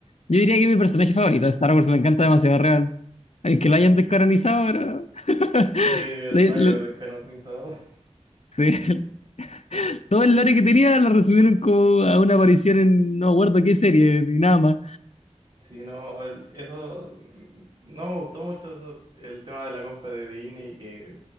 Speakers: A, on the left (about 65°); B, on the right (about 55°).
A: yo diría que es mi personaje favorito de Star Wars, me encanta demasiado Revan. El que la hayan descaranizado era. <laughs>
B: Sí, el
A: Le-
B: rayo
A: le-
B: descanonizador. <laughs>
A: sí. <laughs> Todo el lore que tenía lo resumieron como a una aparición en no me acuerdo qué serie, ni nada más.
B: Sí, no, el- eso mm, no me gustó mucho eso, el tema de la compra de Disney y que